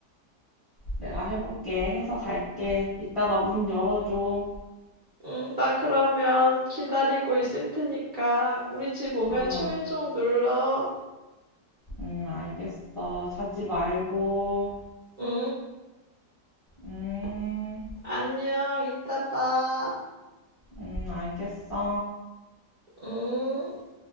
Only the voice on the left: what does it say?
내가 해볼게. 해서 갈게. 이따가 문 열어줘.
어,
응, 알겠어. 자지 말고.
음,
음, 알겠어.